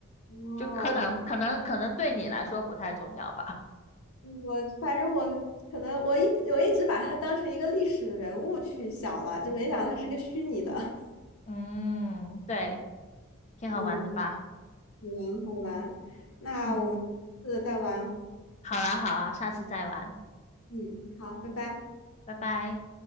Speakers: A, on the left; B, on the left.
A: 哦，
B: 就可能可能可能对你来说不太重要吧。
A: 我反正我可能我一我一直把他当成一个历史人物去想了，就没想到它是个虚拟的。<laughs>
B: <laughs> 嗯，对，挺好玩的吧？
A: 嗯，好玩好玩，那我们下个再玩。
B: 嗯，好啦好啊，下次再玩，
A: 嗯，好，拜拜。
B: 拜拜。